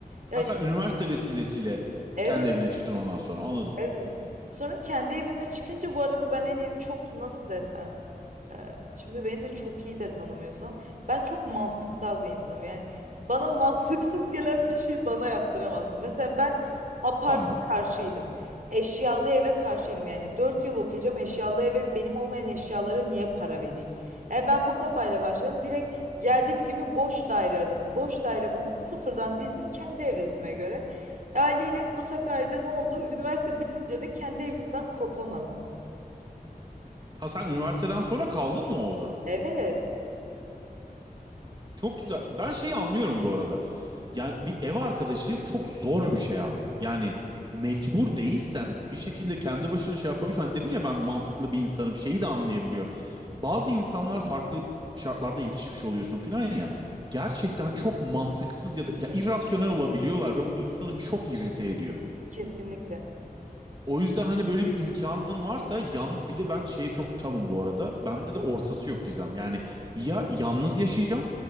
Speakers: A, on the right; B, on the right.
A: Yani
B: Hasan üniversite vesilesiyle
A: evet
B: kendi evine çıktın ondan sonra anladım.
A: Evet. Sonra kendi evime çıkınca bu arada ben hani çok nasıl desem e, şimdi beni de çok iyi de tanımıyorsun. Ben çok mantıksal bir insanım. Yani bana <laughs> mantıksız gelen bir şeyi bana yaptıramazsın. Mesela ben apart
B: Tamam.
A: karşıydım. Eşyalı eve karşıydım. Yani 4 yıl okuyacağım eşyalı eve benim olmayan eşyalara niye para vereyim? Yani ben bu kafayla başladım. Direkt geldiğim gibi boş daire aradım. Boş daire buldum. Sıfırdan dizdim kendi hevesime göre. Aileyle bu sefer de ne oldu? Üniversite bitince de kendi evimden kopamadım.
B: Hasan üniversiteden sonra kaldın mı orada?
A: Evet,
B: Çok güzel. Ben şeyi anlıyorum bu arada. Yani bir ev arkadaşı çok zor bir şey abi. Yani mecbur değilsen bir şekilde kendi başına şey yapabiliyorsun. Hani dedin ya ben mantıklı bir insanım şeyi de anlayabiliyorum. Bazı insanlar farklı şartlarda yetişmiş oluyorsun filan ya. Gerçekten çok mantıksız ya da ya irrasyonel olabiliyorlar ve bu insanı çok irrite ediyor.
A: kesinlikle.
B: O yüzden hani böyle bir imkanın varsa yalnız bir de ben şeye çok tavım bu arada. Bende de ortası yok Gizem. Yani ya yalnız yaşayacağım,